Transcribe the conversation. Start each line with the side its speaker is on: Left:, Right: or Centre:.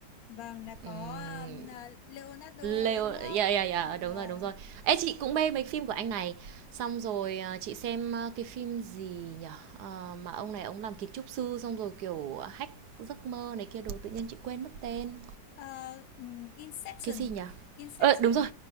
Left: Vâng, là có
Right: Ừm,
Left: um, à, Leonardo
Right: Leo
Left: đấy đúng không?
Right: yeah yeah yeah,
Left: Và
Right: đúng rồi, đúng rồi. Ê chị cũng mê mấy phim của anh này. Xong rồi à, chị xem à, cái phim gì nhở Ờ, mà ông này ông làm kiến trúc sư xong rồi kiểu hack giấc mơ này kia đồ tự nhiên chị quên mất tên.
Left: ờ, ừm, Inception,
Right: Cái gì nhở
Left: Inception
Right: Ờ đúng rồi.